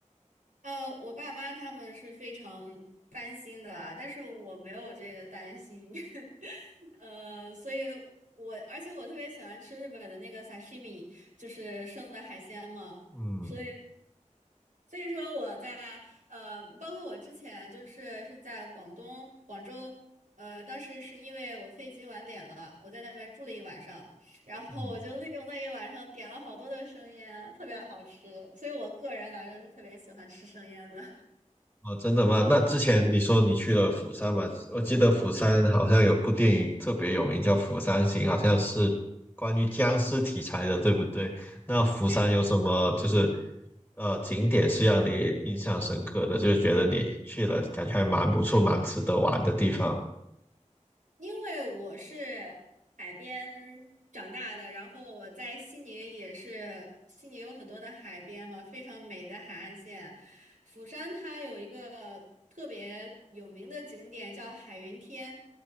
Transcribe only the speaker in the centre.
嗯
嗯。
哦，真的吗？那之前你说你去了釜山嘛？我记得釜山好像有部电影特别有名，叫《釜山行》，好像是关于僵尸题材的，对不对？那釜山有什么就是
呃景点是让你印象深刻的，就是觉得你去了感觉还蛮不错、蛮值得玩的地方？